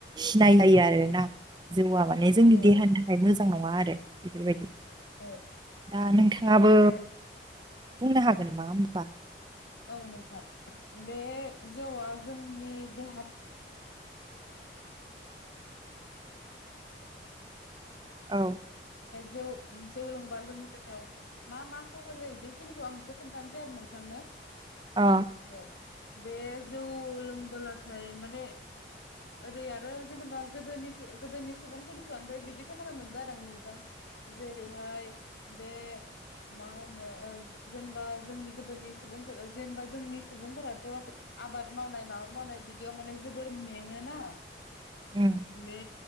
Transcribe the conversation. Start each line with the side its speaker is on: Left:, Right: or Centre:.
Right: सिनायलायो आरो ना जौआ माने जोंनि
Left: औ
Right: देहानि थाखाय मोजां मोजां नङा आरो बेफोरबायदि
Left: औ
Right: दा नोंथाङाबो
Left: बेे
Right: बुंनो हागोन नामा होमबा
Left: औ नोंथां बे जौवा जोंनि बे
Right: औ
Left: जौ जौ लोंबा जोंनि देहायाव मा मा खहा जायो बेखिनिखौ आं एसे खोन्थानोसै आरो नोंथांनो
Right: ओ
Left: औ बे जौ लोंबोलाथाय माने ओरै आरो जेनेबा गोदोनिफा गोदोनि सुबुंफोरनि खुगानिफाय बिदि खोनानो मोनदों आरो नोंथां जेरैहाय बे मा होनो ओ जेनबा जोंनि गोदोनि सुबुंफो जेनबा जोंनि सुबुंफोराथ' आबाद मावनाय माबा मावनाय बिदियाव माने जोबोर मेङोना
Right: उम
Left: बे